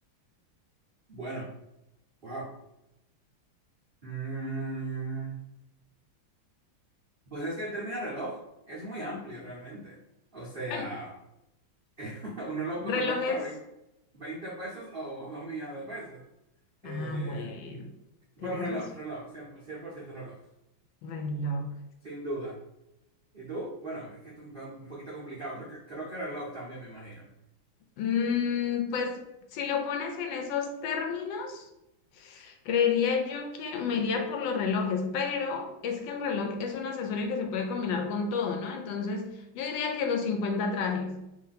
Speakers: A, on the right (about 75°); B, on the left (about 75°).
A: Bueno, wow. Mm, pues es que el término reloj es muy amplio realmente. O sea,
B: Bueno,
A: <laughs> un reloj
B: relojes.
A: pues, te puede costar vein- 20 pesos o 2 millones de pesos. Eh,
B: Ah, bueno, tienes
A: pero reloj,
B: razón.
A: reloj, cien por ciento reloj,
B: Reloj.
A: sin duda. ¿Y tú? Bueno, es que esto es un un poquito complicado. Creo que, creo que reloj también, me imagino.
B: Mm, pues si lo pones en esos términos, creería yo que me iría por los relojes, pero es que el reloj es un accesorio que se puede combinar con todo, ¿no? Entonces, yo diría que los cincuenta trajes.